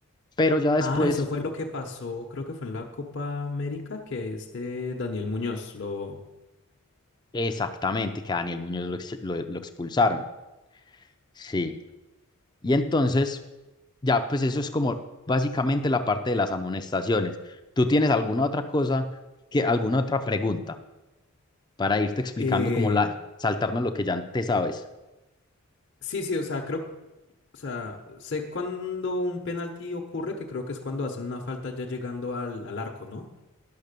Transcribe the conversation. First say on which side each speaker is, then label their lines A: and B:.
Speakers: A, on the left; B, on the left.
A: Pero ya después,
B: Ah, eso fue lo que pasó, creo que fue en la Copa América, que este Daniel Muñoz lo.
A: exactamente, que a Daniel Muñoz lo, ex- lo- lo expulsaron. Sí. Y entonces, ya, pues eso es como básicamente la parte de las amonestaciones. ¿Tú tienes alguna otra cosa, que, alguna otra pregunta para irte explicando
B: eh,
A: como la, saltarnos lo que ya te sabes?
B: sí, sí, o sea, creo. O sea, sé cuándo un penalti ocurre, que creo que es cuando hacen una falta ya llegando al, al arco, ¿no?